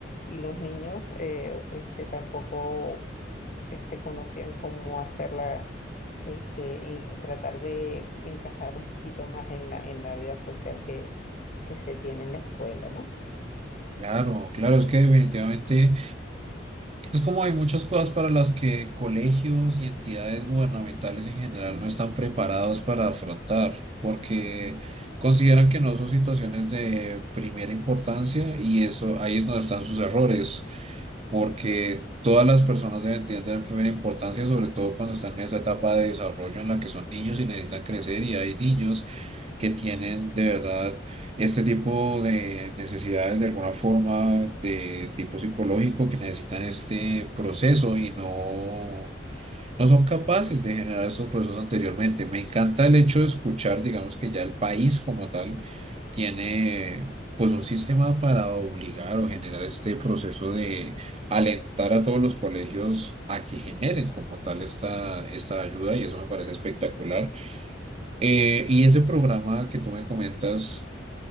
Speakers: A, on the left; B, on the right.
A: y los niños eh, este, tampoco este, conocían cómo hacerla, este, y tratar de encajar un poquito más en la, en la vida social que, que se tiene en la escuela, ¿no?
B: Claro, claro, es que definitivamente Es como hay muchas cosas para las que colegios y entidades gubernamentales en general no están preparados para afrontar, porque consideran que no son situaciones de primera importancia y eso ahí es donde están sus errores porque todas las personas deben, deben tener primera importancia, sobre todo cuando están en esa etapa de desarrollo en la que son niños y necesitan crecer y hay niños que tienen de verdad este tipo de necesidades de alguna forma de tipo psicológico que necesitan este proceso y no... No son capaces de generar estos procesos anteriormente. Me encanta el hecho de escuchar, digamos que ya el país como tal tiene pues un sistema para obligar o generar este proceso de alentar a todos los colegios a que generen como tal esta, esta ayuda y eso me parece espectacular. Eh, y ese programa que tú me comentas,